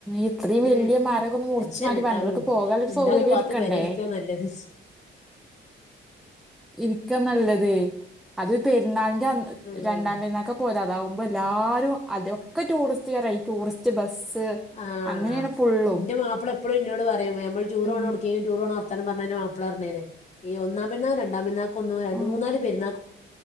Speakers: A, in the centre; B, on the left (about 35°).
A: ഇത്രയും വലിയ
B: ഉം
A: മരഒക്കെ മുറിച്ചു
B: ടെൻഷൻ
A: മാറ്റി
B: ഉണ്ടാവും
A: വണ്ടികൾക്ക് പോകാനരു
B: ഉണ്ടാ
A: സൗകര്യം
B: ഒരു പാത്ത്
A: ഒരുക്കണ്ടേ
B: പെരേ ഇരിക്കാ നല്ലത്
A: ഇരിക്ക നല്ലത് അത് പെരുന്നാളിന്റെ
B: ആ
A: രണ്ടാം പെരുന്നാൾക്കെ പോവല്ല് അതാവ മുമ്പ് എല്ലാരും അതൊക്കെ ടൂറിസ്റ്റുകാരായി ടൂറിസ്റ്റ് ബസ്സ്
B: ആഹ
A: അങ്ങനെയാണ് ഫുള്ളും
B: എന്റെ മാപ്പിള എപ്പോഴും ഇന്നോട് പറയുംം ഞമ്മൾ ടൂറോണം
A: ഉം
B: എടുക്കെങ്കിലും ടൂർ മം പറഞ്ഞ മാപ്പള പറെ ഈ ഒന്നാം പിന്ന രണ്ടാം പിന്നാക്കും ഒന്ന് രണ്ട്
A: ഉം
B: മൂന്നാല് പെുന്ന